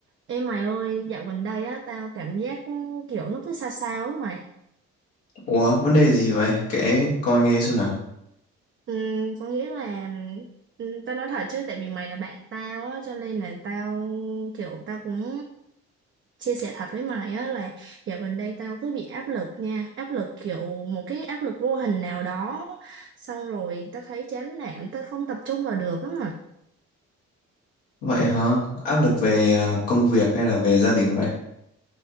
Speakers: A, on the right (about 35°); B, on the left (about 80°).
A: Ê mày ơi, dạo gần đây á, tao cảm giác kiểu nó cứ sao sao á mày.
B: Ủa, vấn đề gì vậy? Kể coi nghe xem nào.
A: Ừ, có nghĩa là, ừ, tao nói thật chứ, tại vì mày là bạn tao á, cho nên là tao kiểu tao cũng chia sẻ thật với mày á là dạo gần đây tao cứ bị áp lực nha, áp lực kiểu một cái áp lực vô hình nào đó, xong rồi tao thấy chán nản, tao không tập trung vào được lắm
B: Vậy hả? Áp lực về à, công việc hay là về gia đình vậy?